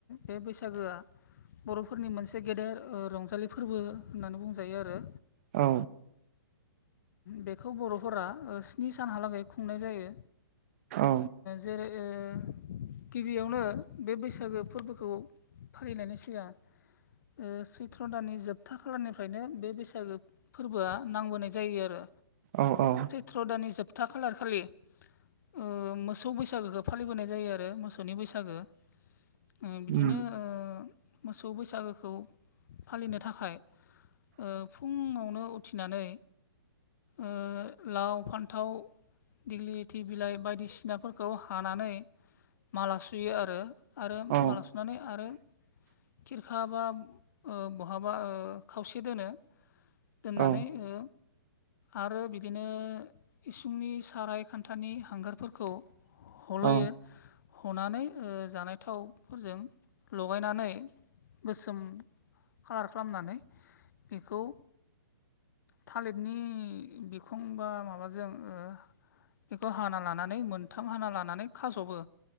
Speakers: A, on the left; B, on the right.
A: बे बैसागोआ बर'फोरनि मोनसे गेदेर रंजालि फोरबो होननानै बुंजायो आरो
B: औ
A: बेखौ बर'फोरा स्नि सानहालागै खुंनाय जायो
B: औ
A: जेरै ओ गिबियावनो बे बैसागो फोरबोखौ फालिनायनि सिगां ओ सैथ्र' दाननि जोबथा खालारनिफ्रायनो बे बैसागो फोरबोआ नांबोनाय जायो आरो
B: औ औ
A: ट्र'दानि जोबथा खालार खालि ओ मोसौ बैसागोखौ फालिबोनाय जायो आरो मोसौनि बैसागो ओ बिदिनो
B: उम
A: ओ मोसौ बैसागोखौ फालिनो थाखाय ओ फुङावनो उथिनानै ओ लाव फान्थाव दिग्लिलिथि बिलाइ बायदिसिनाफोरखौ हानानै माला सुयो आरो आरो
B: औ
A: माला सुनानै आरो खिरखा बा ओ बहाबा खावसे दोनो दोननानै
B: औ
A: ओ आरो बिदिनो इसुंनि साराय खानथानि हांगारफोरखौ हल'यो
B: औ
A: हनानै ओ जानाय थावफोरजों लगायनानै गोसोम कालार खालामनानै बेखौ थालिरनि बिखं बा माबाजों ओ बेखौ हाना ला नानै मोनथाम हाना लानानै खाजबो